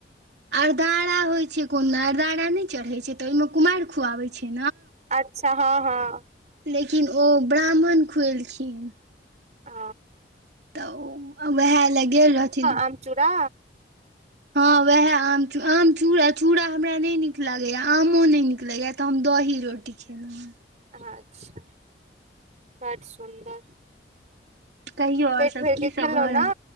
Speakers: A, on the right; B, on the right.
A: अरदारा होइ छै कोनो अरदारा नहि चढ़े छै तऽ ओहि मे कुमारि खुआवे छै
B: अच्छा हँ हँ
A: लेकिन ओ ब्राह्मण खुएलखिन
B: आ
A: तऽ ओ उएह लए गेल रहथिन
B: आमचूड़ा
A: हँ वेएहा आम चू आम चूड़ चूड़ा हमरा नहि नीक लगेया आमो न नीक लगेया ते हम दही दही रोटी खेलहुँ
B: अच्छा बड़ सुन्दर
A: कहियो आओर
B: पेट
A: सब
B: भरके
A: की
B: खेलउ
A: सब भऽ
B: ने
A: रहल